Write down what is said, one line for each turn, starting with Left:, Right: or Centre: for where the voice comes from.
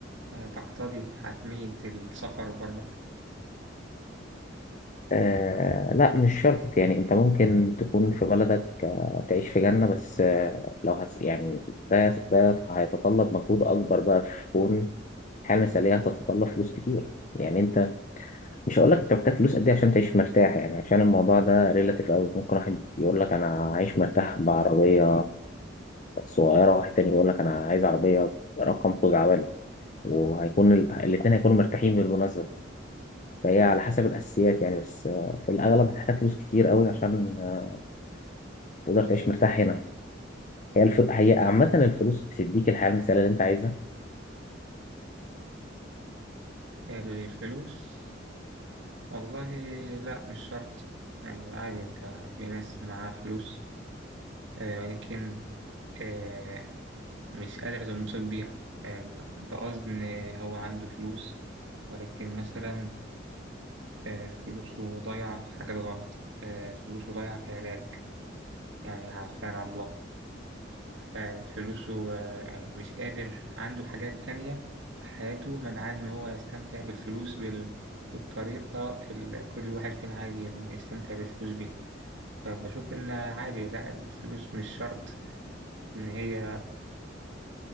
Right: آه، تقتضي حتمية السفر بره
Left: آه لا مش شرط يعني انت ممكن تكون في بلدك آه تعيش في جنة بس آه لو هت يعني ده ده هيتطلب مجهود اكبر بقى في كون الحياة المثالية هتتطلب فلوس كتير يعني انت مش هقول لك انت محتاج فلوس قد ايه عشان تعيش مرتاح يعني عشان الموضوع ده ريلاتيف قوي ممكن واحد يقول لك انا عايش مرتاح بعربية صغيرة واحد تاني يقول لك انا عايز عربية رقم خزعبلي وهيكون ال- الاتنين هيكونوا مرتاحين بالمناسبة فهي على حسب الأساسيات يعني بس آه، في الأغلب هتحتاج فلوس كتير قوي عشان آه، تقدر تعيش مرتاح هنا هي الف... هي عامة الفلوس بتديك الحياة المثالية اللي أنت عايزها
Right: الفلوس؟ والله لا مش شرط يعني عادي أنت في ناس معاها فلوس آه، ولكن آه، مش قادرة تنبسط بيها آه، بقصد إن هو عنده فلوس ولكن مثلا آه، فلوسه ضايعة في حاجات غلط آه، فلوسه ضايعة في علاج يعني عافانا الله آه، فلوسه آه، يعني مش قادر عنده حاجات تانية في حياته منعاه إن هو يستمتع بالفلوس بال... بالطريقة اللي كل واحد فينا عايز يم- يستمتع بالفلوس بيها فبشوف إن عادي لأ الفلوس مش شرط إن هي